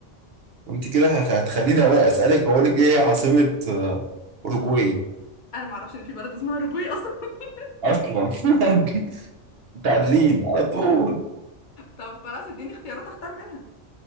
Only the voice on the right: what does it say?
انت كده هخ- هتخليني أوي اسالك اقول لك ايه عاصمة آه، اوروجواي
اصلا <laughs> متعادلين على طول